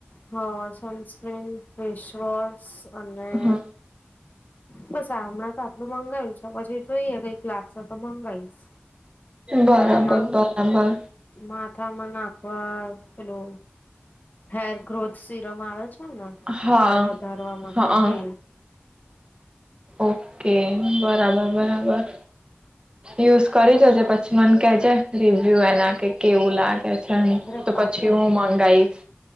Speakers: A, on the left; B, on the right.
A: હ સનસ્ક્રીન ફેશવોશ અને.
B: હ
A: બ સામણા, મંગાવું છે પછી જોઈએ કઈક લાગશે તો મંગાવીશ
B: બરાબર
A: અને
B: બરાબર
A: માથામાં નાખ બસ હલો હેર ગ્રોથ. શિરમાળજ
B: હા
A: વાળ વધારવા માટે
B: હા
A: એ
B: ઓકે બરાબર બરાબર યુઝ કરી જોજે પછી મને કે જે રિવ્યુ એના કે કેવું લાગે છેમ
A: અરે
B: તો
A: પાકું
B: પછી હું મંગાઈશ